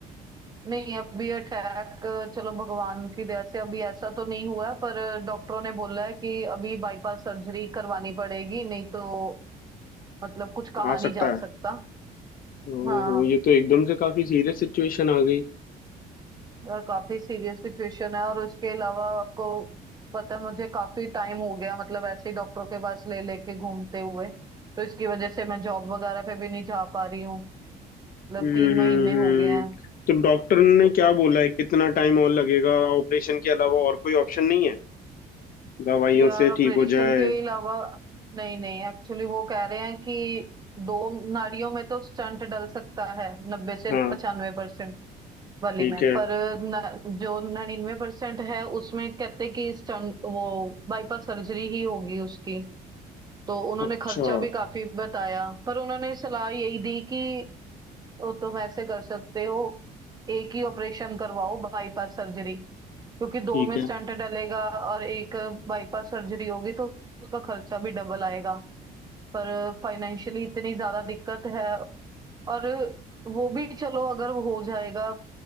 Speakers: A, on the right (about 25°); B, on the left (about 55°).
A: नहीं अभी अटैक चलो भगवान की दया से अभी ऐसा तो नहीं हुआ है, पर डॉक्टरों ने बोला है कि अभी बाईपास सर्जरी करवानी पड़ेगी नहीं तो मतलब कुछ कहा
B: आ
A: नहीं
B: सकता
A: जा
B: है
A: सकता
B: ओहो
A: हाँ
B: ये तो एकदम से काफी सीरियस सिचुएशन आ गई
A: यार काफी सीरियस सिचुएशन है और उसके अलावा आपको पता है मुझे काफी टाइम हो गया मतलब ऐसे ही डॉक्टरों के पास ले लेके घूमते हुए तो इसकी वजह से मैं जॉब वगैरह पे भी नहीं जा पा रही हूँ मतलब
B: हम्म
A: तीन महीने
B: हम्म हम्म।
A: हो गए हैं
B: तो डॉक्टर ने
A: तो
B: क्या बोला है कितना टाइम और लगेगा ऑपरेशन के अलावा और कोई ऑप्शन नहीं है दवाइयों
A: यार
B: से
A: ऑपरेशन
B: ठीक हो जाए
A: के अलावा नहीं नहीं एक्चुअली वो कह रहे हैं कि दो नाड़ियों में तो स्टंट डल सकता है नब्बे से
B: हाँ
A: पचानवे परसेंट वाली
B: ठीक
A: में
B: है
A: पर न, जो निन्यानवे परसेंट है उसमें कहते कि स्टंट वो बाईपास सर्जरी ही होगी उसकी तो उन्होंने
B: अच्छा
A: खर्चा भी काफी बताया पर उन्होंने सलाह यही दी कि "ओ, तुम ऐसे कर सकते हो एक ही ऑपरेशन करवाओ बाईपास सर्जरी क्योंकि दो
B: ठीक
A: में स्टंट
B: है
A: डलेगा और एक बाईपास सर्जरी होगी तो उसका खर्चा भी डबल आएगा पर फाइनेंशियली इतनी ज्यादा दिक्कत है और वो भी चलो अगर वो हो जाएगा